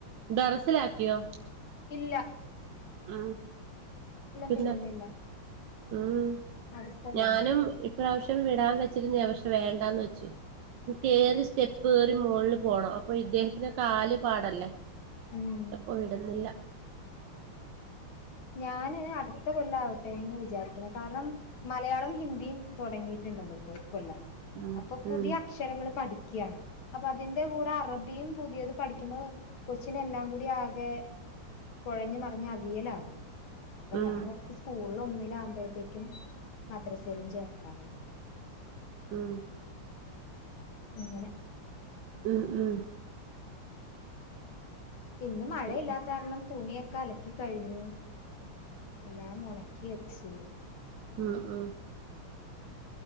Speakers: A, on the right; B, on the left.
A: ടെറസിൽ ആക്കിയോ
B: ഇല്ലാ
A: അ പിന്ന
B: വിടുന്നില്ല
A: ഉം
B: അടുത്ത തവണ.
A: ഞാനും ഇപ്രാവശ്യം വിടാൻ വച്ചിരുന്ന പക്ഷെ വേണ്ടാന്ന് വെച്ചു- കേറി
B: ഉം
A: സ്റ്റെപ്പ് മോളിൽപോണം അപ്പൊ ഇദ്ദേഹത്തിന് കാല് പാടല്ലേ--?
B: ഉം.
A: എപ്പൊ വിടുന്നില്ലാ
B: ഞാന് അടുത്ത കൊല്ലം ആവട്ടെ എന്ന് വിചാരിക്കണ കാരണം മലയാളം ഹിന്ദിയും തൊടങ്ങിയിട്ടുണ്ടല്ലോ ഇപ്പോ ഇ കൊല്ലം-
A: ഉം
B: അപ്പൊ പുതിയ
A: ഉം
B: അക്ഷരങ്ങള് പഠി ക്യണ് അപ്പ അതിന്റെ കൂടെ അറബിയും പുതിയത് പഠിക്കുമ്പോ കൊച്ചിന് എല്ലാം കൂടി ആകെ കൊഴഞ്ഞുമറിഞ്ഞ് അവിയലാകും അപ്പംഞാനോർത്ത്
A: ഉം
B: സ്കൂൾ ഇവൾ ഒന്നിലാകുമ്പോഴേക്കും മദ്രസയിലും ചേർക്കാം
A: മ്
B: അങ്ങനെ
A: മ് മ്
B: ഇന്ന് മഴയില്ലാത്ത
A: പിന്നെ
B: കാരണം തുണിയക്ക് കലക്കി കഴിഞ്ഞൂ എല്ലാം മൊണക്കി വെച്ച്
A: മ് മ്